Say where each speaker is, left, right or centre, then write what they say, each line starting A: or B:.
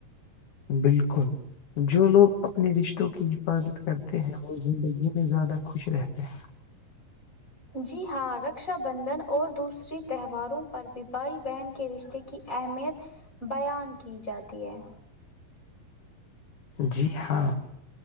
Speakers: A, on the left; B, on the left.
A: بالکل جو لوگ اپنے رشتوں کی حفاظت کرتے ہیں وہ زندگی میں زیادہ خوش رہتے ہیں
B: جی ہاں رکشا بندھن اور دوسری تہواروں پر بھی بھائی بہن کے رشتے کی اہمیت بیان کی جاتی ہے
A: جی ہاں <inaudible>